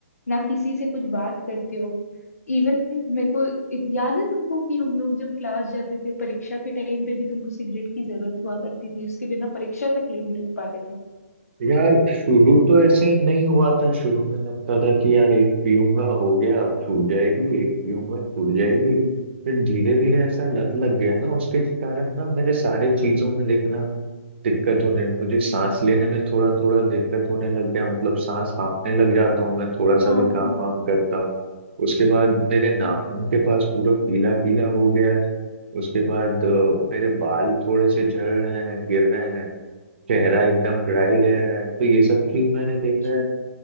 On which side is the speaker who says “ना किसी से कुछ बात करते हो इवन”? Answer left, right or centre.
Left